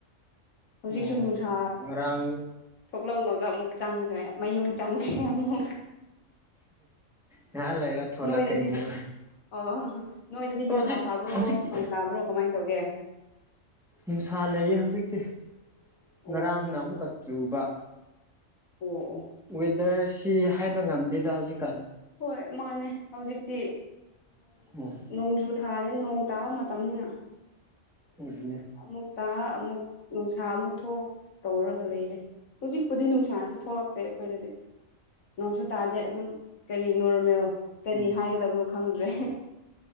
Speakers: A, on the left; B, in the centre.
A: ꯍꯧꯖꯤꯛꯁꯨ
B: ꯑꯣ
A: ꯅꯨꯡꯁꯥ
B: ꯉꯔꯥꯡ
A: ꯊꯣꯛꯂꯝꯃꯒ ꯑꯃꯨꯛ ꯆꯪꯈ꯭ꯔꯦ꯫ ꯃꯌꯨꯝ ꯆꯪꯈ꯭ꯔꯦ ꯑꯃꯨꯛ꯫
B: ꯉꯍꯥꯟ ꯂꯩꯔ ꯊꯣꯂꯛꯀꯅꯤ
A: ꯅꯣꯏꯗꯗꯤ
B: ꯍꯥꯏ
A: ꯑꯣ ꯅꯣꯏꯗꯗꯤ
B: ꯍꯧꯖꯤꯛ
A: ꯅꯨꯡꯁꯥ ꯁꯥꯕ꯭ꯔꯣ
B: ꯍꯧꯖꯤꯛꯇꯤ
A: ꯅꯣꯡ ꯇꯥꯕ꯭ꯔꯣ ꯀꯃꯥꯏꯅ ꯇꯧꯒꯦ
B: ꯅꯨꯡꯁꯥ ꯂꯩꯌꯦ ꯍꯧꯖꯤꯛꯇꯤ꯫
A: ꯑꯣ
B: ꯉꯔꯥꯡꯒꯥ
A: ꯑꯣ
B: ꯑꯃꯨꯛ ꯀꯥ꯫ ꯆꯨꯕ꯫
A: ꯑꯣ
B: ꯋꯤꯗꯔ ꯁꯤ꯫ ꯁꯤ ꯍꯥꯏꯕ ꯉꯝꯗꯦꯗ ꯍꯧꯖꯤꯛ꯫
A: ꯍꯣꯏ ꯃꯥꯅꯦ ꯍꯧꯖꯤꯛꯇꯤ
B: ꯎꯝ
A: ꯅꯣꯡꯖꯨ꯫ ꯊꯥꯅꯦ ꯅꯣꯡ ꯇꯥꯕ ꯃꯇꯝꯅꯤꯅ꯫
B: ꯑꯗꯨꯅꯦ
A: ꯑꯝꯃꯨꯛ ꯇ ꯑꯃꯨꯛ꯫ ꯅꯨꯡꯁꯥ ꯑꯃꯨꯛ ꯊꯣꯛ ꯇꯧꯔꯒ ꯂꯩꯔꯦ ꯍꯧꯖꯤꯛꯄꯨꯗꯤ ꯅꯨꯡꯁꯥꯁꯨ ꯊꯣꯛꯂꯛꯇꯦ ꯑꯩꯈꯣꯏꯗꯗꯤ ꯅꯣꯡꯁꯨ ꯇꯥꯗꯦ ꯑꯗꯨꯝ꯫ ꯀꯔꯤ ꯅꯣꯔꯃꯦꯜ ꯀꯔꯤ
B: ꯎꯝ
A: ꯍꯥꯏꯒꯗꯕꯅꯣ꯫ ꯈꯪꯗ꯭ꯔꯦ꯫